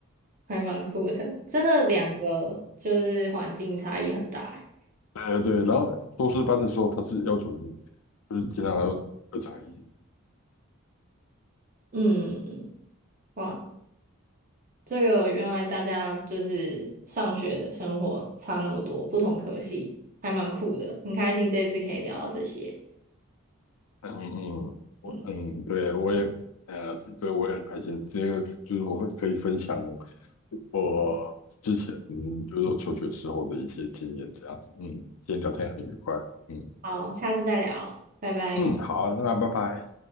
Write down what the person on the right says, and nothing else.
还蛮酷的，真的两个就是环境差异很大欸。
嗯，哇，这个原来大家就是上学的生活差那么多，不同科系，还蛮酷的，很开心这次可以聊到这些。
嗯，
好，下次再聊，拜拜。